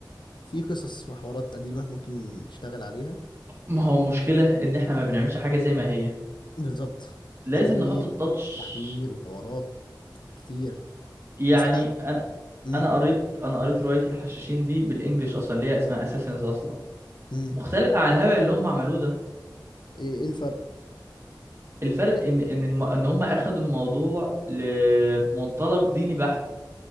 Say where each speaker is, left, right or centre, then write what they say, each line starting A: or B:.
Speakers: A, on the left; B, on the right.
A: في قصص وحوارات قديمة ممكن نشتغل عليها
B: ما هو المشكله ان احنا ما بنعملش حاجه زي ما هي
A: بالظبط
B: لازم
A: تحوير
B: نحط التاتش
A: تحوير وحوارات كتير
B: يعني
A: بس أنا
B: انا
A: مم.
B: انا قريت انا قريت روايه الحشاشين دي بالانجلش اصلا اللي هي اسمها اساسنز اصلا
A: مم.
B: مختلفه عن الهبل اللي هم عملوه ده
A: إيه إيه الفرق؟
B: الفرق
A: ش-
B: ان ان الم... ان هم اخدوا الموضوع لمنطلق ديني بحت